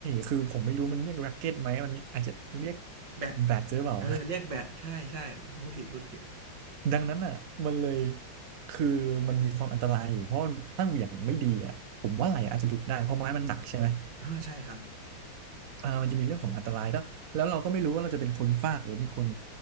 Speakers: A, on the right; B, on the right.
A: คือผมไม่รู้มันเรียกแร็กเก็ตไหมมันอาจจะเรียก
B: แบด
A: แบดหรือเปล่า
B: เออเรียกแบดใช่ใช่พูดผิดพูดผิด
A: <laughs> ดังนั้นอ่ะมันเลยคือมันมีความอันตรายอยู่เพราะถ้าเหวี่ยงไม่ดีอ่ะผมว่าไหล่อาจจะหลุดได้เพราะไม้มันหนักใช่ไหม
B: อ่าใช่ครับ
A: เออมันจะมีเรื่องของอันตรายแล้วแล้วเราก็ไม่รู้ว่าเราจะเป็นคนฟาดหรือเป็นคน